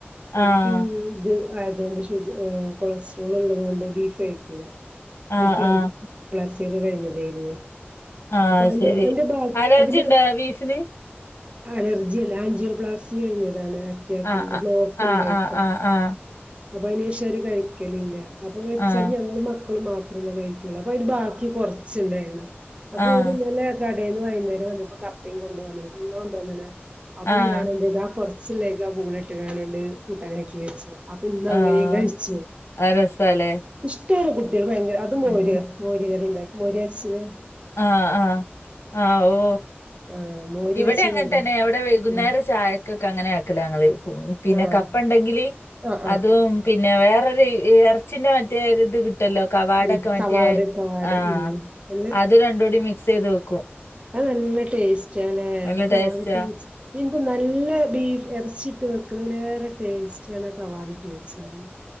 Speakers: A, on the right; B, on the left.
A: ഒരിക്കും
B: ആഹ്
A: ഇത് ആയതോണ്ട് ഷുഗ് കൊളസ്ട്രോൾ ഇള്ളതോണ്ട് ബീഫ് കഴിക്കൂല
B: ആഹ്
A: അവരിക്ക
B: ആഹ്
A: <unintelligible> കഴിഞ്ഞതായിരുന്നു
B: ആഹ്
A: അപ്പൊ
B: അത്
A: അന്റെ
B: ശരി
A: അതിന്റെ ഭാഗ
B: അലർജി
A: അതിന്റെ
B: ഇണ്ടോ ബീഫിന്
A: അലർജി അല്ല ആഞ്ജിയോപ്ലാസ്റ്റി കഴിഞ്ഞതാണ് അറ്റാക്കിന്റെ
B: ആഹ്
A: ബ്ലോക്ക്
B: ആഹ്
A: ഇണ്ടായിട്ട്
B: ആഹ് ആഹ്
A: അപ്പൊ അയ്നേഷൊര് കഴിക്കലില്ല അപ്പൊ വെച്ചാല്
B: ആഹ് ആഹ്
A: ഞങ്ങള് മ ത്രല്ല കഴിക്കുള്ളൂ അൊ ബാക്കി കുറച്ചുണ്ടായിരുന്നു അപ്പോൊഓര്
B: ആഹ്
A: ന്നലെ ടന്ന് വൈുന്നേരം വന്നപ്പോ കപ്പി കൊ വന്ന കൂള കൊണ്ടുവന്ന അപ്പൊ
B: ആഹ് ആഹ്
A: ഞാനൊ ന്റെയത് കൊറ ിലേക്ക് ആ പൂളിട്ട് കാണണ്ട് കൂട്ടാനാക്കി വെച്ചു അപ്പൊ ഇന്ന് അങ്ങനെയ
B: ആഹ്
A: കയിച്
B: അത് രസാല്ലേ
A: കുട്ടാണ് കുട്ടികൾ ഭയങ്കര അത് മോര്
B: ഉം
A: മോര് കറി ഉണ്ടാക്കി മോര്ച്ചത്
B: ആഹ് ആ ആ ഓ
A: ആ മോര്
B: ഇവിടെ
A: വെച്ചത്
B: അങ്ങനെ
A: അത്
B: തന്നെ അവിടെ വൈകുന്നേര
A: ഉം
B: ചായക്ക അങ്ങനെ ആക്കല ഞങ്ങ പിന്നെ
A: ആഹ്
B: കപ്പ ണ്ടെങ്കില്
A: ആഹ് ആഹ്
B: അതും പിന്നെ വേറെ എറച്ചിന്റെ മറ്റേത്ട്ട ഇട്ടല്ലോ കവാടൊക്കെ
A: ഉം
B: മറ്റേ
A: സവാട് സവാട്
B: ആ
A: ഉം നല്ല
B: അത് രണ്ട കൂടി മിക്സ് ചെയ്ത് വെക്കും
A: അത് നല്ല ടേസ്റ്റ് ാലേ
B: നല്ല
A: ഒക്കെ
B: ടേസ്റ്റാ
A: വട്ട് വ നിനക്ക് നല്ല ബീഫ് ഇറച്ചിട്ട് മളേറെ ടേസ്റ്റ ആണ കവാടിട്ട് വെച്ചാല്